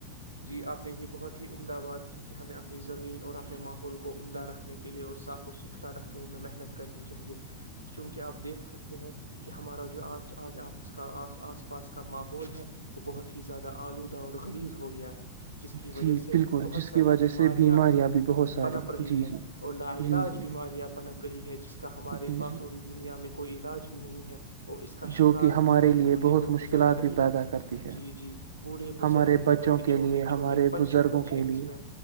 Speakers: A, on the right (about 85°); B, on the right (about 60°).
A: جی آپ نے یہ بہت امدباد کی کہ ہمیں اپنی زمین اور اپنے ماحول کو عمدہ رکھنے کے لیے اور صاف و ستھرا رکھنے میں محنت کرنی چاہیے چونکہ آپ دیکھ سکتے ہیں کہ ہمارا جو آج آج آپس کا آ آس پاس کا ماحول ہے وہ بہت ہی زیادہ آلودہ اور لیز ہو گیا ہے جس کی
B: جی
A: وجہ
B: بالکل
A: بہت
B: جس
A: ساری
B: کی وجہ
A: بیماریاں
B: سے بھی بہت ساری
A: پنپ رہی
B: جی
A: ہے
B: جی
A: اور لالاج
B: جی جی
A: بیماریاں پنپ رہی ہے جس کا ہمارے
B: جی
A: پاس
B: جی
A: اور اس دنیا میں کوئی علاج بھی نہیں ہے اور اس کا
B: جو
A: شکار
B: کہ ہمارے
A: خالی
B: لیے
A: بوڑھے
B: بہت
A: اور
B: مشکلات
A: بزرگ نہیں
B: بھی پیدا کرتی ہے
A: جی جی بوڑھے بزرگ
B: ہمارے
A: نہیں
B: بچوں
A: بلکہ
B: کے
A: چھوٹے
B: لیے ہمارے
A: چھوٹے بچوں
B: بزرگوں
A: بچ اس
B: کے لیے
A: میں